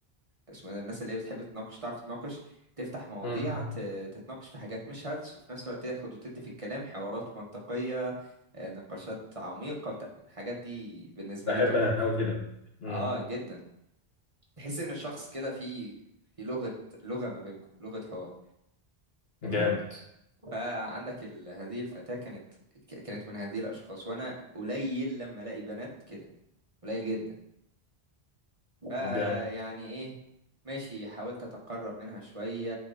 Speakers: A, on the right; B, on the left.
A: اسمه ده الناس اللي هي بتحب تناقش تعرف تناقش تفتح مواضيع
B: مم.
A: ت- تتناقش في حاجات مش هلس وفي نفس الوقت تاخد وتدي في الكلام حوارات منطقية آه، نقاشات عميقة بتاع- الحاجات دي بالنسبة
B: بحب
A: لي تحفة
B: انا قوي كده مم.
A: اه جدا تحس ان الشخص كده في في لغة لغة ما بينكم لغة حوار
B: جامد
A: المهم فعندك ال... هذه الفتاة كانت ك- كانت من هذه الأشخاص وأنا قليل لما ألاقي بنات كده قليل جدا فيعني
B: جامد
A: ايه ماشي حاولت اتقرب منها شوية